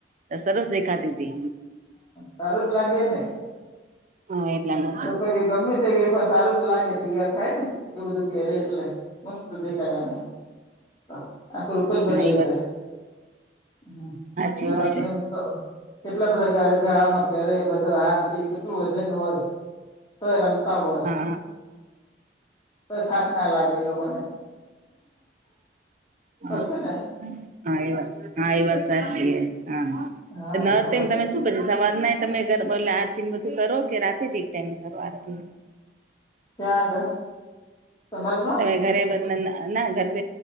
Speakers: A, on the right (about 45°); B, on the left (about 25°).
A: સરસ દેખાતી.
B: <unintelligible> લાગેને
A: <unintelligible>
B: સક એ ગમે એ પણ સારું જ લાગે તૈયાર થાય, ને એવું બધું પહેરે એટલે મસ્ત દેખાયનું આમા આ ક્રુપ જ બદલાઈ
A: હા એ વાત
B: જાય. <unintelligible>
A: સાચી વાત
B: કેટલા બધા ગળામાં પહેરે બધું હાંતિ કેટલું વજન હોય. તો એ રમતા હોય.
A: હા
B: તો થાક ના લાગે લોકોને
A: હા
B: સાચું ને
A: હા એ વાત હા, એ વાત સાચી હા
B: હા
A: ન
B: તો
A: તમે શું પછી સવાદ ના તમેરલે આરતી બધું કરો કે રાતે જ એક ટાઈમ કરો આરતી
B: <unintelligible> સમાજમાં
A: તમે ઘરે બ ના ગરબ